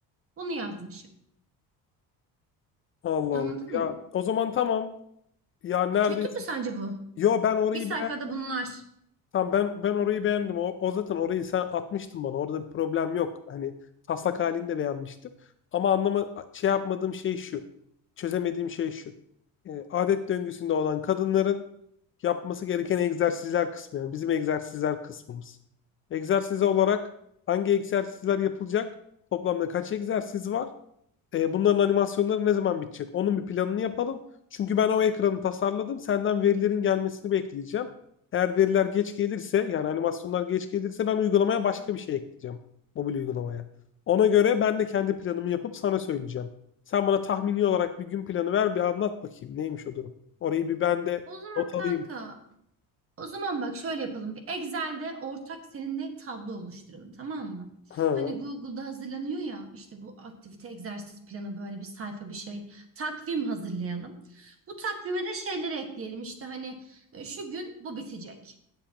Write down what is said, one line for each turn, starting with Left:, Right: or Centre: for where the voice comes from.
Right: Bunu yazmışım.
Left: Allah
Right: Anladın
Left: Allah.
Right: mı?
Left: Ya o zaman tamam. Ya neredeyse.
Right: Kötü mü sence bu?
Left: Yo ben orayı
Right: Bir sayfada
Left: beğendim.
Right: bunlar.
Left: Tamam ben ben orayı beğendim. O, o zaten orayı sen atmıştın bana. Orada bir problem yok. Hani taslak halini de beğenmiştim. Ama anlama şey yapmadığım şey şu. Çözemediğim şey şu. E, adet döngüsünde olan kadınların yapması gereken egzersizler kısmı. Yani bizim egzersizler kısmımız. Egzersiz olarak hangi egzersizler yapılacak? Toplamda kaç egzersiz var? E, bunların animasyonları ne zaman bitecek? Onun bir planını yapalım. Çünkü ben o ekranı tasarladım. Senden verilerin gelmesini bekleyeceğim. Eğer veriler geç gelirse yani animasyonlar geç gelirse ben uygulamaya başka bir şey ekleyeceğim. Mobil uygulamaya. Ona göre ben de kendi planımı yapıp sana söyleyeceğim. Sen bana tahmini olarak bir gün planı ver, bir anlat bakayım neymiş o durum. Orayı bir ben de
Right: O zaman
Left: not
Right: kanka,
Left: alayım.
Right: o zaman bak şöyle yapalım. Bir Excel'de ortak seninle tablo oluşturalım, tamam mı?
Left: Ha,
Right: Hani Google'da hazırlanıyor ya işte bu aktivite egzersiz planı böyle bir sayfa bir şey. Takvim hazırlayalım. Bu takvime de şeyleri ekleyelim. işte hani e, şu gün bu bitecek.